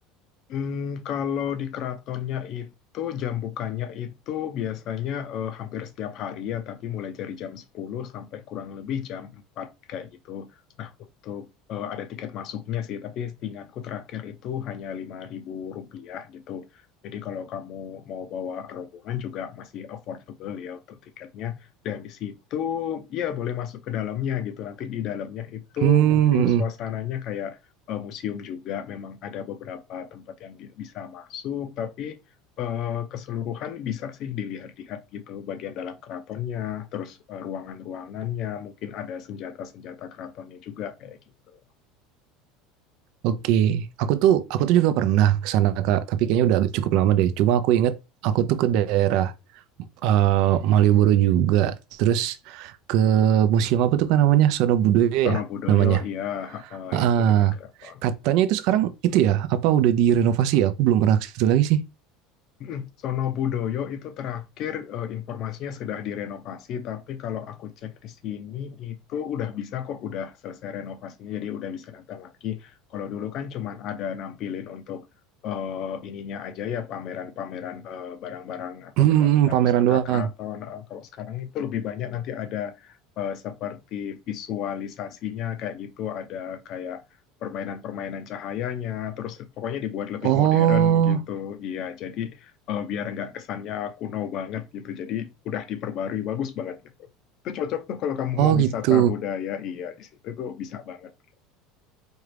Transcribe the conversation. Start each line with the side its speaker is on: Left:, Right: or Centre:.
Left: Hmm, kalau di keratonnya itu jam bukanya itu biasanya eh, hampir setiap hari ya, tapi mulai dari jam 10 sampai kurang lebih jam 4 kayak gitu. Nah, untuk eh, ada tiket masuknya sih, tapi setingatku terakhir itu hanya lima ribu rupiah gitu. Jadi kalau kamu mau bawa rombongan juga masih affordable ya untuk tiketnya. Dan di situ ya boleh masuk ke dalamnya gitu. Nanti di dalamnya itu
Right: Hmm.
Left: mungkin suasananya kayak eh, museum juga memang ada beberapa tempat yang bisa masuk, tapi eh, keseluruhan bisa sih dilihat-lihat gitu bagian dalam keratonnya, terus eh, ruangan-ruangannya, mungkin ada senjata-senjata keratonnya juga kayak gitu.
Right: Oke, aku tuh aku tuh juga pernah ke sana Kak, tapi kayaknya udah cukup lama deh. Cuma aku inget aku tuh ke daerah eh, Malioboro juga. Terus ke museum apa tuh kan namanya? Sono Budoyo
Left: Wonobudoyo,
Right: ya namanya.
Left: iya eh,
Right: Ah,
Left: itu dekat keraton.
Right: katanya itu sekarang itu ya, apa udah direnovasi ya? Aku belum pernah ke situ lagi sih.
Left: Mm, Sono Budoyo itu terakhir eh, informasinya sudah direnovasi, tapi kalau aku cek di sini itu udah bisa kok, udah selesai renovasinya, jadi udah bisa datang lagi. Kalau dulu kan cuman ada nampilin untuk eh, ininya aja ya, pameran-pameran eh, barang-barang atau
Right: Hmm,
Left: benda-benda
Right: pameran
Left: pusaka
Right: doang.
Left: keraton. Eh, kalau sekarang itu lebih banyak nanti ada eh, seperti visualisasinya kayak gitu, ada kayak permainan-permainan cahayanya, terus pokoknya dibuat lebih
Right: Oh,
Left: modern gitu. Iya, jadi eh, biar nggak kesannya kuno banget gitu. Jadi udah diperbarui bagus banget gitu. Itu cocok tuh kalau kamu
Right: oh
Left: mau wisata
Right: gitu.
Left: budaya, iya di situ tuh bisa banget. <laughs>